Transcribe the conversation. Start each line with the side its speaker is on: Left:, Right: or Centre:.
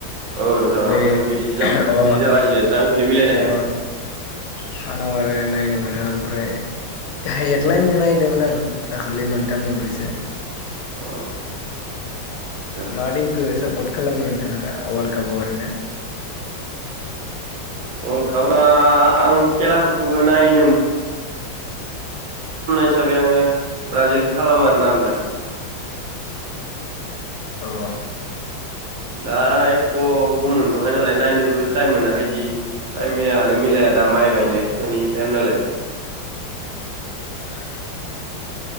Right: औ नोंथां
Left: बै
Right: आंनियाबो बिदिसो
Left: अ
Right: बिदि जागासिनो टाइमखौनो मिलायनो
Left: अ
Right: हाया।
Left: सानाव आरो नायनो मोनो ओमफ्राय हेडलाइनखौ नायदोंमोन आं दाखालि मोनथाम मोनब्रैसो
Right: अ आदसा
Left: मा टिमखौ सापर्ट खालामनो नोंथाङा दा अवाल गावबा गाव आरोना।
Right: <unintelligible> सापर्ट खालामनाय हिसाबै आङो ब्राजिलखौ खालामो आरो ना नोंथां।
Left: औ।
Right: दा एख गम मोनथखै नालाय नायनोबो बो टाइम मोनाखैदि टाइमायानो मिलाया दा माइ गायनाय
Left: अ
Right: फुनायनि टयम नालाय।
Left: <inaudible>